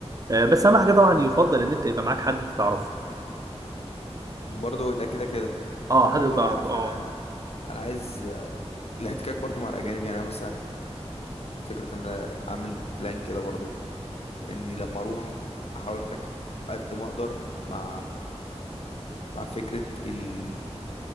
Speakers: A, on the right (about 30°); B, on the left (about 65°).
A: آه بس أهم حاجة طبعا يفضل إن أنت يبقى معاك حد تعرفه
B: برضو ده كده كده
A: أه
B: برضو
A: حد تعرفه
B: عارف
A: أه
B: انا أنا عايز آه، الاحتكاك برضو مع الاجانب يعني انا مثلا فكرة ان أنا اعمل بلان كده برضو اني لما اروح احاول احتك قد ما اقدر مع مع فكرة الالمان